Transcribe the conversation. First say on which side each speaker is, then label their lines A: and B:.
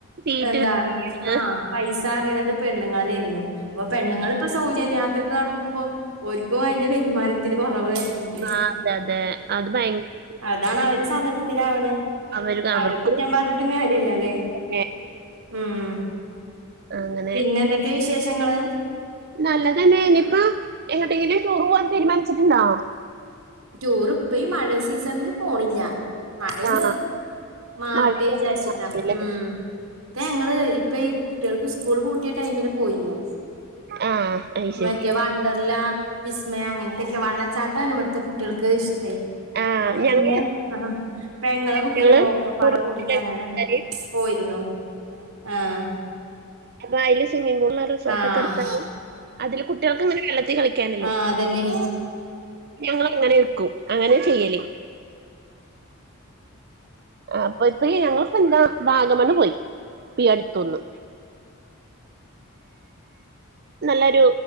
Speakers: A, on the right (about 50°); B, on the right (about 75°).
A: സീറ്റ്
B: എന്താണ്
A: കിട്ടി
B: ആ പൈസ അറിയണത് പെണ്ണുങ്ങൾ തേന്നു. അപ്പൊ പെണ്ണുങ്ങള്പ്പ സൗജന്യയാത്രക്ക് നടക്കുമ്പോ ഓര്ക്കും അതിന്റെ വരുമാനത്തിന് കൊറവാ വരുന്നെ
A: ആ അതെ അതെ അത് ഭയങ്കര <unintelligible>
B: അതാണ് അവര് സമരത്തിലാവ്ണ്.
A: അവര്
B: അവരെ
A: അവർക്കും
B: കുറ്റൻ പറഞ്ഞിട്ടും കാര്യല്ല അല്ലേ
A: വേണം
B: ഉം
A: ആങ്ങനെ
B: പിന്നെ എന്തൊക്കെയാ വിശേഷങ്ങള്
A: നല്ലതന്നേനി ഇപ്പോ എങ്ങോട്ടെങ്കിലും ടൂറ് പോവാാൻ തീരുമാനിച്ചിട്ടുണ്ടോ.
B: റ്റൂർ ഇപ്പ ഈ മഴ സീസണില് പോണില്ല. മഴൊന്ന്
A: ആ
B: മാറട്ടേ
A: മഴയൊക്കെ
B: വിചാരിച്ച്ട്ടാ.
A: മാറിയല്ലേ
B: ഉം. ഇപ്പ ഞങ്ങള് ഇപ്പ ഈ കുട്ട്യേൾക്ക് സ്കൂള് പൂട്ടിയ ടൈമില് പോയിന്നു.
A: ആ അത് ശരി
B: മറ്റെ വണ്ടർലാ വിസ്മയ അങ്ങൻത്തൊക്കെ വള്ളച്ചാട്ടാണ് ഇവിടു കുട്ട്യേൾക്ക് ഇഷ്ട്ടയി
A: ആ
B: അപ്പപ്പിന്നെ
A: ഞങ്ങൾ
B: ആ പെങ്ങളെ കുട്ട്യേളും
A: ഞങ്ങള്
B: ഓക്കെപ്പാടെ കൂടിട്ട്
A: രണ്ടുപേരും
B: അങ്ങനെ പോയിര്ന്നു ആഹ്
A: അപ്പ അയില് സ്വിമ്മിങ്ങ്പൂൾ <unintelligible> റിസോർട്ടൊക്കെ
B: ആഹ്
A: എടുത്താല് അതില് കുട്ട്യേൾക്കിങ്ങനെ വെള്ളത്തി കളിക്കാനല്ലെ
B: ആഹ്
A: <unintelligible>
B: അതന്നെ
A: ഞങ്ങള് അങ്ങനെ എക്കും. അങ്ങനെ ചെയ്യല് അപ്പോ പ്പെ ഈ ഞങ്ങളിപ്പെന്താ വാഗമണ്ണ് പോയി ഇപ്പയി അടുത്തൊന്ന് നല്ലൊരു